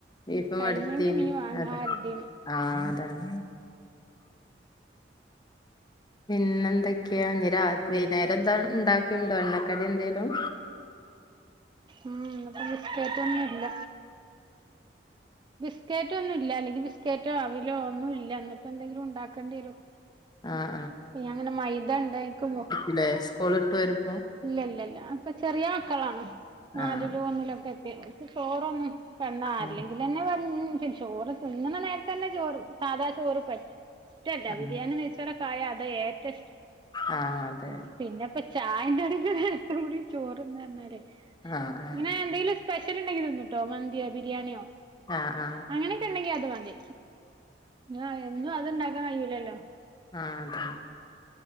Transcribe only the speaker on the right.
കഴിഞ്ഞെങ്കി
മീൻ വാങ്ങാരുതീ
ഉം ഇന്ന്പ്പോ ബിസ്‌ക്കേറ്റ് ഒന്നും ഇല്ല. ബിസ്ക്കേറ്റോ ഒന്നും ഇല്ല. അല്ലെങ്കി ബിസ്കേറ്റോ അവിലോ ഒന്നും ഇല്ല. ഇന്ന്പ്പോ എന്തെങ്കിലും ഇണ്ടാക്കണ്ടി വരും.
ഇയ്യാങ്ങനെ മൈദ ഇണ്ട് ആയിക്ക് പുവ്വാ
ഇല്ലല്ലല്ല അപ്പ ചെറിയ മക്കളാണ്. നാലിലും
ഒന്നിലും ഒക്കെ എത്ത്യാ അപ്പ ചോറൊന്നും ണ്ണാ
അല്ലെങ്കിലന്നെ പറഞ്ഞ <unintelligible> ചോറ് തിന്നണ നേരത്തെന്നെ ചോറ് സാദാ ചോറ് പറ്റ് ഷ്ടല്ല.
ബിരിയാണി നെയ്ച്ചോറൊക്കെ ആയ അതാ ഏറ്റും ഇഷ്ടം.
പിന്നെപ്പോ ചായെന്റെ കടിം കൂടേ ചോറിന്നാ പറഞ്ഞാലേ
ഇങ്ങനെ എന്തെിലും പെഷ്യൽ ഉണ്ടെങ്കി തിന്നുംട്ടോ. മന്ത്യോ ബിരിയാണ്യോ
അങ്ങനെക്കെ ഇണ്ടെങ്കി അത് മതി ആഹ് എന്നും അത്ണ്ടാക്കാൻ കയ്യൂല്ലല്ലോ